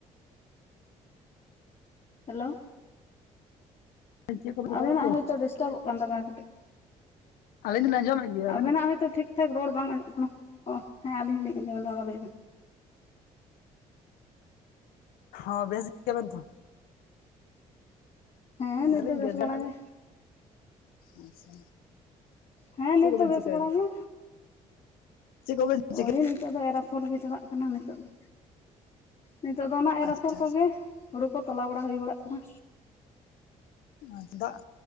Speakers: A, on the left; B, on the left.
A: ᱦᱮᱞᱳ
B: ᱪᱮᱫ ᱠᱚᱯᱮ ᱪᱮᱠᱟᱭᱮᱫ
A: ᱟᱵᱤᱱᱟᱜ
B: ᱛᱮ
A: ᱦᱚᱳᱭᱛᱳ ᱰᱤᱥᱴᱟᱵᱚᱜ ᱠᱟᱱ ᱛᱟᱵᱮᱱᱟ ᱠᱟᱹᱴᱤᱡ
B: ᱟᱹᱞᱤᱧ ᱫᱚᱞᱤᱧ ᱟᱸᱡᱚᱢᱮᱫ ᱜᱮᱭᱟ ᱟᱵᱮᱱ
A: ᱟᱵᱮᱱᱟᱜ ᱦᱚᱭᱛᱳ ᱴᱷᱤᱠᱼᱴᱷᱟᱠ ᱨᱚᱲ ᱵᱟᱝ ᱟᱡᱚᱢᱚᱜ ᱠᱟᱱᱟ ᱦᱮᱸ ᱟᱞᱤᱧ ᱞᱤᱧ ᱟᱡᱚᱢᱚᱜ ᱮᱫᱟ ᱢᱟ ᱞᱟᱹᱭ ᱵᱮᱱ
B: ᱦᱚᱸ ᱵᱮᱥ ᱜᱮᱭᱟ ᱵᱮᱱ ᱛᱚ
A: ᱦᱮᱸ
B: ᱢᱮᱱᱟᱞᱤᱧ
A: ᱱᱤᱛ ᱫᱚ
B: ᱵᱮᱥ ᱫᱚᱱᱟᱜ
A: ᱵᱟᱲᱟ ᱜᱮ
B: ᱟᱪᱪᱷᱟ
A: ᱦᱮᱸ
B: ᱪᱮᱫ
A: ᱱᱤᱛ
B: ᱠᱚᱵᱮᱱ
A: ᱫᱚ ᱵᱮᱥ
B: ᱪᱤᱠᱟᱹᱭᱮᱫᱟ
A: ᱵᱟᱲᱟ ᱜᱮ
B: ᱪᱮᱫ ᱠᱚᱵᱮᱱ ᱪᱤᱠᱟᱹᱭᱮᱫᱟ
A: ᱳᱭ ᱱᱤᱛᱚᱜ ᱫᱚ ᱮᱨᱟᱯᱷᱚᱨ ᱜᱮ ᱪᱟᱞᱟᱜ ᱠᱟᱱᱟ ᱱᱤᱛᱚᱜ ᱫᱚ ᱱᱤᱛᱚᱜ ᱫᱚ ᱚᱱᱟ ᱮᱨ
B: ᱟᱪᱪᱷᱟ
A: ᱟᱯᱷᱚᱨ ᱠᱚᱜᱮ ᱦᱩᱲᱩ ᱠᱚ ᱛᱟᱞᱟᱣ ᱵᱟᱲᱟ ᱦᱩᱭ ᱵᱟᱲᱟᱜ ᱠᱟᱱᱟ
B: ᱟᱫᱚ <inaudible>